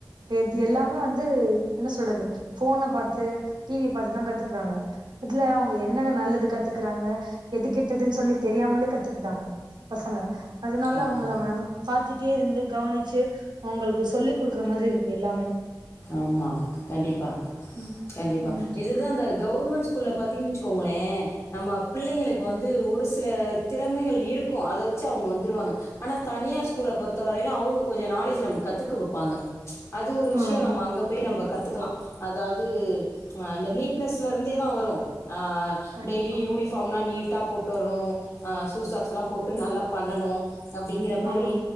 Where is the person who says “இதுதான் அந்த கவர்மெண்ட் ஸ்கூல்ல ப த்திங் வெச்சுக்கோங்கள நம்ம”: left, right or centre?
Left